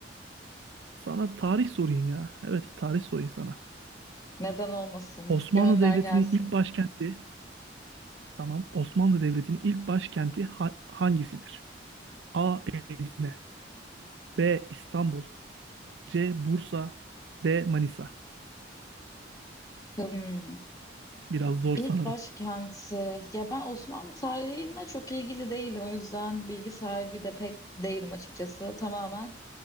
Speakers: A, on the right; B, on the left.
A: sana tarih sorayım ya. Evet, tarih sorayım sana.
B: Neden olmasın?
A: Osmanlı
B: Gönder
A: Devleti'nin
B: gelsin.
A: ilk başkenti, tamam. Osmanlı Devleti'nin ilk başkenti ha- hangisidir? A. Edirne, B. İstanbul, C. Bursa, D. Manisa.
B: Hmm.
A: Biraz zor
B: İlk
A: sanırım.
B: başkenti. Ya ben Osmanlı tarihine çok ilgili değilim. O yüzden bilgi sahibi de pek değilim açıkçası. Tamamen